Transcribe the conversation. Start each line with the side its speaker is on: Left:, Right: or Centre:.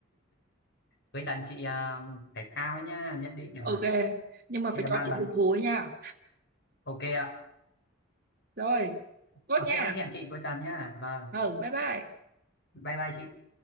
Left: cuối tuần chị à, phải khao ấy nha nhất định rồi
Right: <laughs> ok nhưng mà phải
Left: đây là
Right: cho
Left: ba lần
Right: chị được hối nha
Left: ok ạ
Right: rồi tốt
Left: ok
Right: nha
Left: thế hẹn chị cuối tuần nha vâng
Right: ừ bye bye
Left: bye bye chị